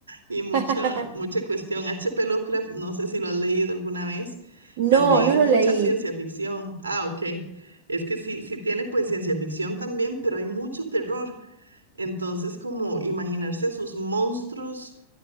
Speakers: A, on the right (about 70°); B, on the right (about 50°).
A: y mucha,
B: <laughs>
A: mucha cuestión. H. P. Lovecraft, no sé si lo has leído alguna vez,
B: No,
A: también
B: no
A: es
B: lo
A: mucha
B: leí.
A: ciencia ficción. Ah, ok. Es que sí, sí tiene pues ciencia ficción también, pero hay mucho terror. Entonces, como imaginarse a sus monstruos